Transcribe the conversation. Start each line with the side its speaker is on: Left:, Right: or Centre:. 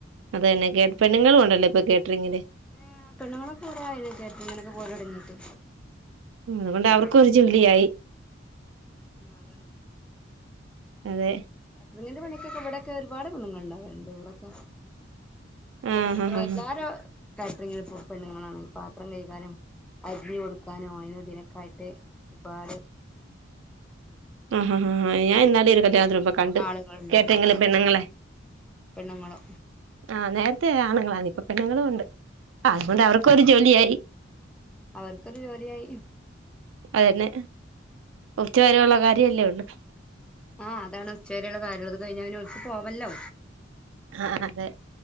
Right: അ തന്നെ കേ പെണ്ണുങ്ങളും ഇണ്ടല്ലോ ഇപ്പോ കേറ്ററിങ്ങിന്
Centre: ഏഹ് പെണ്ണുങ്ങളൊക്കെ കൊറേ ആയിന് കേറ്ററിങ്ങിന് പോവൽ തൊടങ്ങീട്ട് <inaudible>
Right: അതുകൊണ്ട് അവർക്കും ഒരു ജോലിയായി
Centre: അതാണ്
Right: അതെ
Centre: <unintelligible> ങ്ങിന്റെ പണിക്കൊക്കെ ഇവിടൊക്കെ ഒരുപാട് പെണ്ണുങ്ങൾ ഉണ്ടാവല് ണ്ട് ഇവിടൊക്കെ
Right: ആഹ്
Centre: ഒരു
Right: ആഹ് ആഹ്
Centre: എല്ലാര കാറ്ററിങ്ങിനും ഇപ്പോ പെണ്ണുങ്ങളാണ് പാത്രം കൈകാനും അരിഞ്ഞു കൊടുക്കാനും അയിനും ഇതിനുക്കായിട്ട് ഒരുപാട്
Right: അഹ ഹ ഹാ ഞാന് ന്നാൾ ഒരു കല്യാണത്തിന് പോയ കണ്ടു
Centre: ആളുകളുണ്ടാവും
Right: കേട്ടെറിങ്ങിലും പെണ്ണുങ്ങളെ
Centre: പെണ്ണുങ്ങളോ
Right: ആഹ് നേരത്തെ ആണുങ്ങളാണ് ഇപ്പ പെണ്ണുങ്ങളും ഉണ്ട് അതുകൊണ്ട് അവർക്കും ഒരു ജോലിയായി
Centre: <inaudible> അവർക്കൊരു ജോലിയായി
Right: അതന്നെ ഉച്ച വരെയുള്ള കാര്യല്ലേ ഒള്ളൂ
Centre: ആ അതാണ് ഉച്ചവരെള്ള കാര്യള്ളത് അത് കഴിഞ്ഞാ ഓൽക്ക് പോവല്ലോ
Right: ആഹ് അതെ